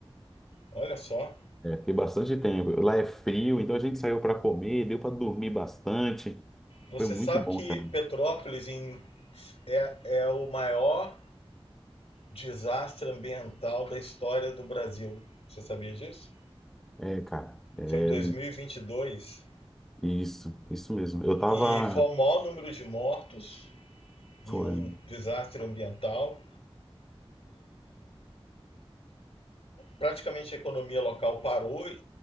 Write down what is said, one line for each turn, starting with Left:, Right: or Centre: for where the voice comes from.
Left: Olha só.
Centre: É, fiquei bastante tempo. Lá é frio, então a gente saiu para comer, deu para dormir bastante.
Left: Você
Centre: Foi muito
Left: sabe
Centre: bom,
Left: que
Centre: cara.
Left: Petrópolis em, é, é o maior desastre ambiental da história do Brasil. Você sabia disso?
Centre: É, cara, é
Left: Foi em 2022 e vinte e dois
Centre: isso, isso mesmo. Eu tava,
Left: e foi o maior número de mortos em
Centre: foi,
Left: um desastre ambiental. Praticamente a economia local parou e,